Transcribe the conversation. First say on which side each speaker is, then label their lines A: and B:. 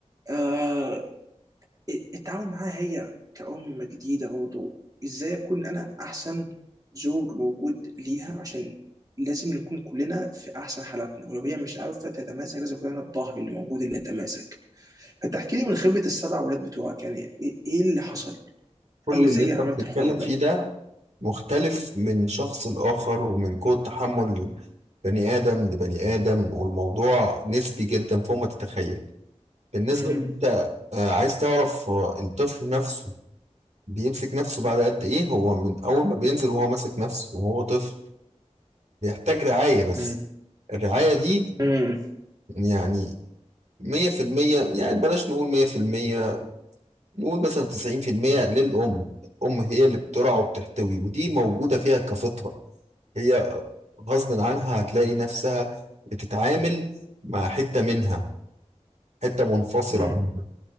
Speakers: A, on the right; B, on the right.
A: آه التعامل معاها هي كأم جديدة برضه ازاي اكون انا احسن زوج موجود ليها عشان لازم نكون كلنا في احسن حالاتنا ولو هي مش عارفة تتماسك لازم كلنا الظهر اللي موجود اللي يتماسك فتحكي لي من خبرة السبع ولاد بتوعك يعني ايه إيه اللي حصل
B: كل
A: او
B: اللي
A: ازاي
B: انت
A: عملت
B: بتتكلم
A: الحوار ده
B: فيه ده مختلف من شخص لآخر ومن قوة تحمل بني آدم لبني آدم والموضوع نسبي جدا فوق ما تتخيل بالنسبة
A: امم
B: ان انت آه، عايز تعرف آه، الطفل نفسه بيمسك نفسه بعد قد ايه هو من اول ما بينزل وهو ماسك نفسه وهو طفل بيحتاج رعاية بس
A: امم
B: الرعاية دي
A: امم
B: يعني مية في المية يعني بلاش نقول مية في المية نقول مثلا تسعين في المية للأم الأم هي اللي بترعى وبتحتوي ودي موجودة فيها كفطرة هي غصب عنها هتلاقي نفسها بتتعامل مع حتة منها حتة منفصلة
A: أمم.
B: منها